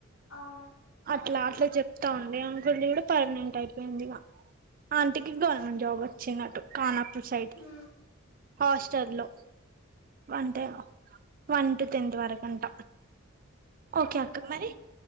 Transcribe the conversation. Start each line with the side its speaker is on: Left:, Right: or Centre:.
Left: అవును
Right: అట్లా అట్లా చెప్తా ఉండి అంకుల్ ది కూడా పర్మనెంట్ అయిపోయింది ఇక ఆంటికి గవర్నమెంట్ జాబ్ వచ్చినట్టు కానాపూర్ సైడ్
Left: హు
Right: హాస్టల్లో అంటే వన్ టు టెన్త్ వరకంట ఓకే
Left: వన్ టు
Right: అక్క
Left: టెన్త్
Right: మరి